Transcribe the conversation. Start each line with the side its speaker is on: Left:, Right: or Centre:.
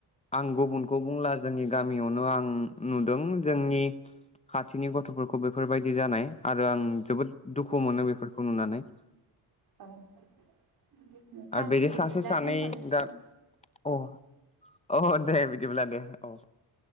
Left: आं गुबुनखौ बुंला जोंनि गामियावनो आं नुदों जोंनि खाथिनि गथ'फोरखौ बेफोरबायदि जानाय आरो आं जोबोद दुखु मोनो बेफोरखौ नुनानै
Right: औ नोंथां
Left: आरो बिदि
Right: बिदिब्ला
Left: सासे सानै
Right: दोनथ'नोसै
Left: दा अ अ दे बिदिब्ला दे औ